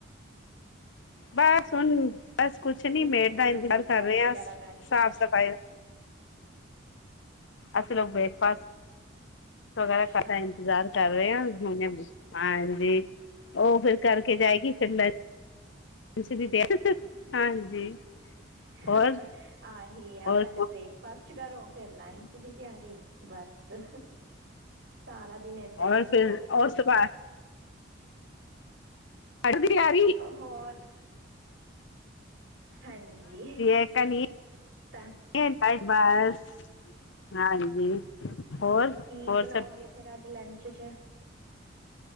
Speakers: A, on the right (about 70°); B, on the left (about 70°).
A: ਹ <inaudible>
B: ਬਸ ਹੁਣ, ਬਸ ਕੁਛ ਨੀ
A: ਹੋਈ
B: ਮੇਡ
A: ਆ
B: ਦਾ ਇੰਤਾਰ
A: ਮੈਂ ਬ੍ਰੇਕਫਾਸਟ
B: ਕਰ ਰਹੇ ਹਾਂ,
A: ਵਗੈਰਾ ਕਰਕੇ।
B: ਸਾਫ਼ ਸਫ਼ਾਈ ਅਸੀਂ ਲੋਕ ਬ੍ਰੇਕਫਾਸਟ ਵਗੈਰਾ
A: ਅੱਛਾ।
B: ਖਾਦਾ, ਇੰਤਜ਼ਾਰ ਕਰ ਰਹੇ ਹਾਂ ਹੁਣੇ, ਹਾਂਜੀ। ਉਹ ਫਿਰ ਕਰਕੇ ਜਾਏਗੀ, ਫਿਰ ਲ ਲੰਚ ਦੀ ਤਿਆ, ਹਾਂਜੀ। <inaudible>
A: ਹਾ-
B: ਹੋਰ
A: ਹਾ, ਆਹੀ ਆ,
B: ਹੋਰ
A: ਪਹਿਲਾਂ ਬ੍ਰੇਕਫਾਸਟ ਕਰੋ ਫੇਰ ਲੰਚ ਦੀ ਤਿਆਰੀ, ਬਸ ਸਾਰਾ ਦਿਨ, ਏਦਾਂ
B: ਹੋਰ
A: ਹੀ ਲੱਗ
B: ਫਿਰ
A: ਜਾਂਦਾ ਐ।
B: ਉਸ ਤੋਂ ਬਾਅਦ <unintelligible> ਤਿਆਰੀ
A: ਹੋਰ ਹਾਂਜੀ,
B: ਇਹ ਕਨੀ
A: ਤਾਂ
B: <unintelligible> ਬਸ, ਹਾਂਜੀ। ਹੋਰ
A: ਕੀ
B: ਹੋਰ
A: ਬਣਾਉਗੇ
B: ਸਭ
A: ਫੇਰ ਅੱਜ ਲੰਚ 'ਚ?